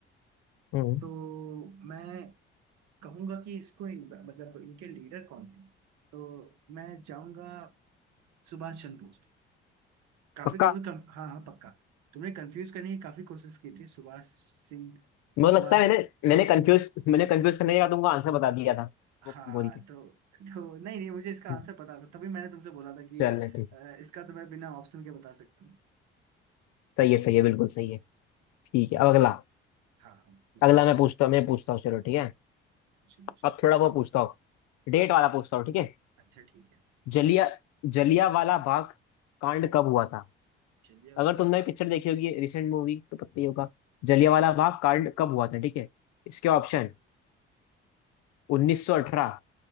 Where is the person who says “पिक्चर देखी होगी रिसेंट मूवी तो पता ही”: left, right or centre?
Left